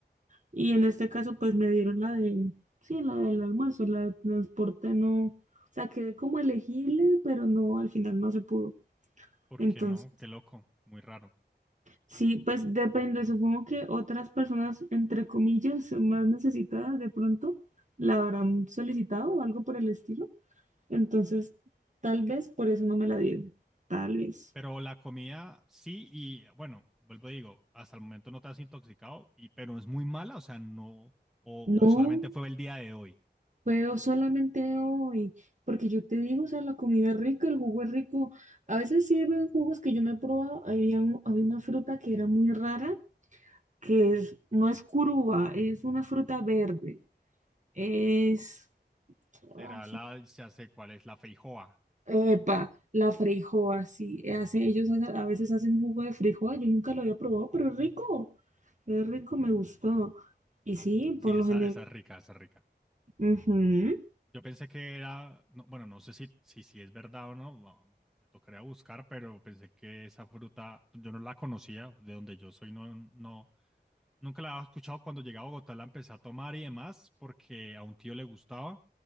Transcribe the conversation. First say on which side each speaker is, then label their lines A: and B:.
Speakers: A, on the right; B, in the centre.
A: Y en este caso pues me dieron la de, sí, la del almuerzo, la de transporte no, o sea, quedé como elegible, pero no, al final no se pudo.
B: ¿Por
A: Entonces...
B: qué no? Qué loco, muy raro.
A: Sí, pues depende, supongo que otras personas, entre comillas, más necesitadas de pronto, la habrán solicitado o algo por el estilo. Entonces, tal vez por eso no me la dieron, tal vez.
B: Pero la comida sí, y bueno, vuelvo a digo, hasta el momento no te has intoxicado, y, pero es muy mala, o sea, no, o,
A: No,
B: o solamente fue el día de hoy.
A: puedo solamente hoy, porque yo te digo, o sea, la comida es rica, el jugo es rico. A veces sirven jugos que yo no he probado. Había, un- había una fruta que era muy rara, que es, no es curuba, es una fruta verde. Es... ah,
B: Será la, ya sé cuál es, la feijoa.
A: Epa, la freijoa, sí. eh, hacen- ellos a a veces hacen jugo de freijoa. Yo nunca lo había probado, pero es rico. Es rico, me gustó. Y sí,
B: Sí,
A: por
B: esa,
A: lo general.
B: esa es rica, esa es rica.
A: ujú.
B: Yo pensé que era, no, bueno, no sé si, si, si es verdad o no, va- me tocaría buscar, pero pensé que esa fruta, yo no la conocía, de donde yo soy, no, no, Nunca la había escuchado cuando llegué a Bogotá, la empecé a tomar y demás, porque a un tío le gustaba,